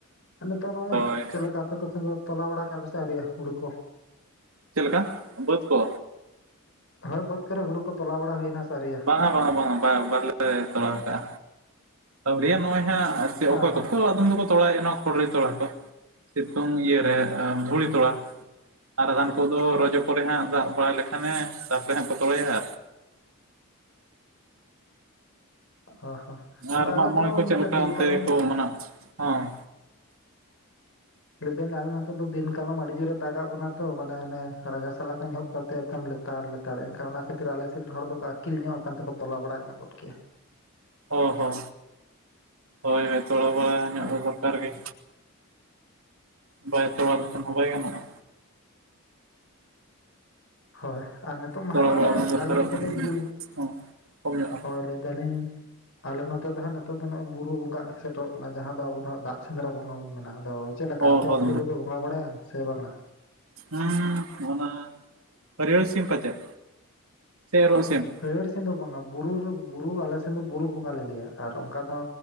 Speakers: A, on the left (about 65°); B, on the right (about 75°).
A: ᱟᱞᱮ ᱫᱚ ᱱᱚᱜᱼᱚᱭ
B: ᱦᱳᱭ
A: ᱪᱮᱫᱞᱮᱠᱟ ᱟᱯᱮ ᱠᱚ ᱥᱮᱱ ᱫᱚ ᱛᱚᱞᱟ ᱵᱟᱲᱟ ᱠᱮᱜ-ᱟ ᱯᱮ ᱥᱮ ᱟᱣᱨᱤᱭᱟ ᱦᱩᱲᱩ ᱠᱚ
B: ᱪᱮᱫ ᱞᱮᱠᱟ ᱵᱟᱹᱛ ᱠᱚ
A: ᱦᱳᱭ ᱵᱟᱹᱫᱽ ᱠᱚᱨᱮ ᱦᱩᱲᱩ ᱠᱚ ᱛᱚᱞᱟ ᱵᱟᱲᱟ ᱦᱩᱭᱱᱟ ᱥᱮ ᱟᱣᱨᱤᱭᱟ
B: ᱵᱟᱝ-ᱟ ᱵᱟᱝ-ᱟ ᱵᱟᱝ-ᱟ ᱵᱟᱭ ᱵᱟᱞᱮ ᱛᱚᱲᱟᱣ ᱠᱟᱜ-ᱟ ᱟᱣᱲᱤᱭᱟ ᱱᱚᱜᱼᱚᱭ ᱦᱟᱜ <unintelligible> ᱟᱲᱥᱤ ᱚᱠᱚᱭ
A: ᱚ ᱦᱚᱸ
B: ᱠᱚᱠᱚ ᱟᱫᱚᱢ ᱫᱚᱠᱚ ᱛᱚᱲᱟᱭᱮᱫᱼᱟ ᱚᱱᱟ ᱠᱷᱚᱲᱤ ᱛᱚᱲᱟ ᱠᱚ ᱥᱤᱛᱩᱝ ᱤᱭᱟᱹᱨᱮ ᱫᱷᱩᱲᱤ ᱛᱚᱲᱟ ᱟᱨ ᱟᱫᱷᱟᱱ ᱠᱚᱫᱚ ᱨᱚᱡᱚ ᱯᱚᱨᱮ ᱦᱟᱸᱜ ᱫᱟᱜ ᱵᱟᱲᱟᱭ ᱞᱮᱠᱷᱟᱱᱮ ᱛᱟᱯᱚᱨᱮ ᱦᱟᱸᱜ ᱯᱮ ᱛᱚᱞᱟᱭᱟ
A: ᱚ ᱦᱚᱸ ᱦᱳᱭ
B: ᱟᱨ
A: ᱟᱞᱮ
B: ᱢᱟᱜᱽ
A: ᱫᱚ
B: ᱢᱚᱬᱮ ᱠᱚ ᱪᱮᱫ
A: ᱢᱟᱱᱮ
B: ᱞᱮᱠᱟ
A: ᱫᱤᱱ
B: ᱚᱱᱛᱮ
A: ᱠᱟᱞᱚᱢ
B: ᱠᱚ ᱢᱟᱱᱟᱣ-ᱟ ᱦᱚᱸ
A: ᱞᱮᱫᱤᱧ ᱟᱞᱮ ᱱᱚᱛᱮ ᱫᱚ ᱫᱤᱱ ᱠᱟᱞᱚᱢ ᱟᱹᱰᱤ ᱡᱳᱨᱮ ᱫᱟᱜ ᱟᱜ ᱵᱚᱱᱟ ᱛᱚ ᱵᱚᱞᱮ ᱦᱟᱱᱮ ᱨᱟᱡᱟ ᱥᱟᱞᱟ ᱠᱷᱚᱱ ᱮᱦᱚᱵ ᱠᱟᱛᱮᱜ ᱮᱠᱫᱚᱢ ᱛᱟᱲ ᱞᱮᱛᱟᱲ ᱮᱱᱠᱷᱟᱱ ᱚᱱᱟ ᱠᱷᱟᱹᱛᱤᱨ ᱟᱞᱮᱥᱮᱫ ᱨᱮᱱ ᱦᱚᱲ ᱫᱚᱠᱚ ᱟᱹᱠᱤᱞ ᱧᱚᱜ ᱟᱠᱟᱱ ᱛᱮᱠᱚ ᱛᱚᱞᱟ ᱵᱟᱲᱟ ᱧᱚᱜ ᱜᱚᱫ ᱠᱮᱜ-ᱟ
B: ᱚ ᱦᱚ ᱦᱳᱭ ᱦᱳᱭᱛᱚ ᱛᱚᱲᱟ ᱵᱟᱲᱟ ᱧᱚᱜ
A: ᱦᱳᱭ
B: ᱫᱚ ᱫᱚᱨᱠᱟᱨ ᱜᱮ ᱵᱟᱭ ᱛᱚᱞᱟ ᱞᱮᱱᱠᱷᱟᱱ ᱦᱚᱸ ᱵᱟᱭ ᱜᱟᱱᱚᱜ-ᱟ
A: ᱦᱳᱭ ᱟᱨ ᱱᱤᱛᱚᱜ ᱢᱟ
B: ᱛᱚᱲᱟ
A: ᱦᱟᱜ ᱱᱚᱜᱼᱚᱭ
B: ᱵᱟᱲᱟ ᱫᱚᱨᱠᱟᱨᱚᱜ
A: ᱟᱞᱮ ᱱᱚᱛᱮ
B: ᱠᱟᱱ
A: ᱫᱚ ᱵᱩᱨᱩ
B: ᱦᱚᱸ ᱠᱚᱢ ᱧᱚᱜ ᱟᱨᱠᱤ
A: ᱦᱳᱭ ᱫᱟᱞᱮᱱ ᱟᱞᱮ ᱱᱚᱛᱮ ᱫᱚ ᱦᱟᱸᱜ ᱱᱤᱛᱚᱜ ᱫᱚ ᱱᱚᱜᱼ ᱚᱭ ᱵᱩᱨᱩ ᱵᱚᱸᱜᱟ ᱥᱮᱴᱮᱨᱚᱜ ᱠᱟᱱᱟ ᱡᱟᱦᱟᱸ ᱫᱚ ᱟᱵᱚ ᱫᱚ ᱦᱟᱸᱜ ᱫᱟᱜ ᱥᱮᱸᱫᱽᱨᱟ ᱵᱚᱸᱜᱟ ᱵᱚᱱ ᱢᱮᱱᱟ ᱟᱫᱚ ᱪᱮᱫ ᱞᱮᱠᱟ
B: ᱚ
A: ᱟᱯᱮ
B: ᱦᱚᱸ
A: ᱚᱱᱛᱮ ᱫᱚᱠᱚ ᱵᱚᱸᱜᱟ ᱵᱟᱲᱟᱭᱟ ᱥᱮ ᱵᱟᱝᱟ?
B: ᱦᱮᱸ ᱚᱱᱟ ᱦᱟᱹᱨᱭᱟᱹᱲ ᱥᱤᱢ ᱯᱟᱪᱮᱫ ᱥᱮ ᱮᱨᱚᱜ ᱥᱤᱢ
A: ᱦᱟᱹᱭᱨᱟᱹᱲ ᱥᱤᱢ ᱫᱚ ᱵᱟᱝ-ᱟ, ᱵᱩᱨᱩᱨ ᱵᱩᱨᱩ ᱟᱞᱮ ᱥᱮᱱ ᱫᱚ ᱵᱩᱨᱩ ᱵᱚᱸᱜᱟ ᱞᱮ ᱞᱟᱹᱭᱟ ᱟᱨ ᱚᱱᱠᱟ ᱫᱚ